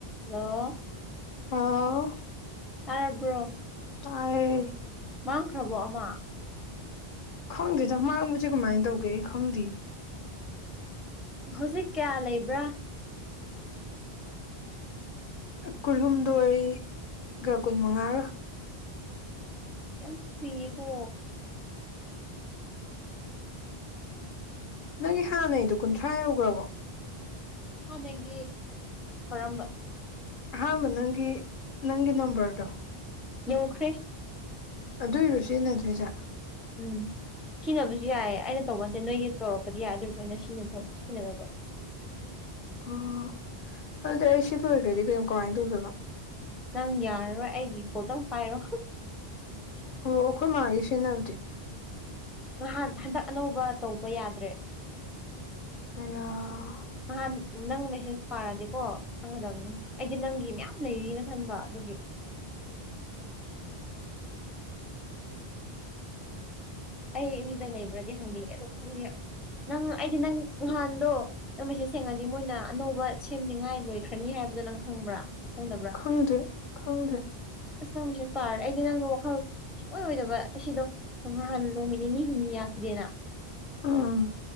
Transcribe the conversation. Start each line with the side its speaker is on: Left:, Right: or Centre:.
Centre: ꯍꯜꯂꯣ
Left: ꯍꯥꯎ
Centre: ꯇꯥꯔꯕ꯭ꯔꯣ
Left: ꯇꯥꯏꯌꯦ
Centre: ꯃꯥꯡꯈ꯭ꯔꯕꯣ ꯑꯃ
Left: ꯈꯪꯗꯦꯗ ꯃꯥꯡꯕꯁꯦ ꯀꯃꯥꯏꯅ ꯇꯧꯒꯦ ꯑꯩ ꯈꯪꯗꯦ
Centre: ꯍꯧꯖꯤꯛ ꯀꯌꯥ ꯂꯩꯕ꯭ꯔꯥ
Left: ꯀꯨꯟꯍꯨꯝꯗꯣꯏꯒ ꯀꯨꯟꯃꯉꯥꯒ
Centre: ꯌꯥꯝ ꯐꯌꯦꯀꯣ ꯎꯝ
Left: ꯅꯪꯒꯤ ꯍꯥꯟꯅꯩꯗꯣ ꯀꯨꯟꯊ꯭ꯔꯥ ꯌꯧꯈ꯭ꯔꯕꯣ
Centre: ꯍꯥꯟꯅꯒꯤ ꯈꯔꯝꯕ
Left: ꯑꯍꯥꯟꯕ ꯅꯪꯒꯤ ꯅꯪꯒꯤ ꯅꯝꯕꯔꯗꯣ
Centre: ꯌꯧꯈ꯭ꯔꯦ
Left: ꯑꯗꯨꯏꯔꯣ ꯁꯤꯖꯤꯟꯅꯗ꯭ꯔꯤꯁꯦ
Centre: ꯎꯝ ꯁꯤꯖꯤꯟꯅꯕꯁꯨ ꯌꯥꯏꯌꯦ ꯑꯩꯅ ꯇꯧꯕ ꯅꯠꯇꯦ ꯅꯣꯏꯒꯤ ꯇꯧꯔꯛꯄꯗꯤ ꯌꯥꯏ ꯑꯗꯨꯔꯁꯨ ꯑꯩꯅ ꯁꯤ ꯁꯤꯟꯅꯗꯕ
Left: ꯑꯣ ꯑꯗꯨꯗꯤ ꯑꯩ ꯁꯤ ꯂꯣꯏ ꯑꯣꯏꯔꯒ꯭ꯔꯗꯤ ꯀꯩꯣ ꯀꯃꯥꯏꯅ ꯇꯧꯗꯣꯏꯅ
Centre: ꯅꯪ ꯌꯥꯔꯔꯣꯏ ꯑꯩꯒꯤ ꯄꯣꯇꯪ ꯄꯥꯏꯔꯣ
Left: ꯑꯣ ꯑꯩꯈꯣꯏ ꯃꯥꯒꯤ ꯁꯤꯖꯤꯟꯅꯕꯗꯤ
Centre: ꯅꯍꯥꯟ ꯍꯟꯗꯛ ꯑꯅꯧꯕ ꯇꯧꯕ ꯌꯥꯗ꯭ꯔꯦ
Left: ꯑ
Centre: ꯅꯍꯥꯟ ꯅꯪ ꯃꯦꯁꯦꯁ ꯄꯥꯔꯛꯑꯗꯤꯀꯣ ꯈꯪꯒꯗꯕꯅꯤ ꯑꯩꯗꯤ ꯅꯪꯒꯤ ꯃꯌꯥꯝ ꯂꯩꯔꯤꯅ ꯈꯟꯕ ꯑꯗꯨꯒꯤ ꯑꯩ ꯃꯤꯗ ꯂꯩꯕ꯭ꯔꯗꯤ ꯍꯪꯕꯤꯒꯦ ꯑꯗꯣ ꯈꯪꯕꯤꯔ ꯅꯪ ꯑꯩꯗꯤ ꯅꯪ ꯅꯍꯥꯟꯗꯣ ꯅꯪꯃꯤꯁꯦ ꯁꯦꯡꯉꯗꯤ ꯃꯣꯏꯅ ꯑꯅꯧꯕ ꯁꯦꯝꯅꯤꯉꯥꯏ ꯂꯣꯏꯈ꯭ꯔꯅꯤ ꯍꯥꯏꯕꯗꯨꯣ ꯅꯪ ꯈꯪꯕ꯭ꯔꯥ ꯈꯪꯗꯕ꯭ꯔꯥ
Left: ꯈꯪꯗꯦ ꯈꯪꯗꯦ
Centre: ꯑꯁ ꯅꯪꯕꯨꯁꯨ ꯇꯥꯔꯦ ꯑꯩꯗꯤ ꯅꯪꯅ ꯋꯥꯈꯜ ꯑꯣꯏ ꯑꯣꯏꯗꯕ ꯑꯁꯤꯗꯣ ꯅꯍꯥꯟ ꯅꯨꯃꯤꯠ ꯅꯤꯅꯤ ꯍꯨꯝꯅꯤ ꯌꯥꯈꯤꯗꯦꯅ
Left: ꯑꯥ